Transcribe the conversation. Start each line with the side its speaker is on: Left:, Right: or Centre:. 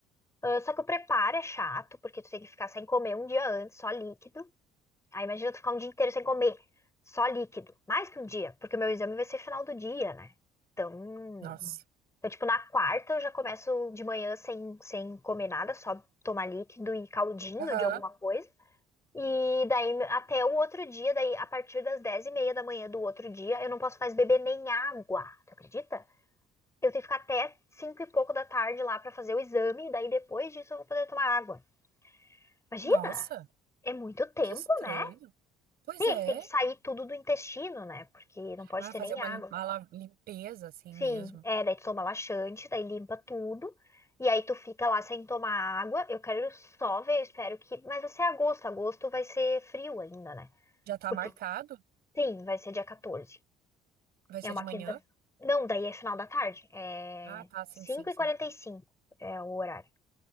Left: Ah, Só que o preparo é chato, porque tu tem que ficar sem comer um dia antes, só líquido. Aí imagina tu ficar um dia inteiro sem comer, só líquido. Mais que um dia, porque o meu exame vai ser final do dia, né? Então.
Right: Nossa.
Left: Então, tipo, na quarta eu já começo de manhã sem, sem comer nada, só tomar líquido e caldinho
Right: Aham.
Left: de alguma coisa. E daí até o outro dia, daí a partir das dez e meia da manhã do outro dia, eu não posso mais beber nem água. Tu acredita? Eu tenho que ficar até cinco e pouco da tarde lá pra fazer o exame, e daí depois disso eu vou poder tomar água. Imagina!
Right: Nossa,
Left: É muito tempo,
Right: que estranho.
Left: né?
Right: Pois
Left: Tem
Right: é.
Left: é que tem que sair tudo do intestino, né? Porque não pode
Right: Ah,
Left: ter
Right: fazer
Left: nem
Right: uma,
Left: água.
Right: lim- uma la- limpeza assim
Left: Sim,
Right: mesmo.
Left: é, daí tu toma laxante, daí limpa tudo, e aí tu fica lá sem tomar água. Eu quero só ver, eu espero que. Mas vai ser agosto, agosto vai ser frio ainda, né?
Right: Já tá
Left: Porque,
Right: marcado?
Left: sim, vai ser dia 14.
Right: Vai
Left: É
Right: ser
Left: uma
Right: de manhã?
Left: quinta. Não, daí é final da tarde, é
Right: Ah, tá, sim,
Left: cinco
Right: sim, sim.
Left: e quarenta e cinco é o horário.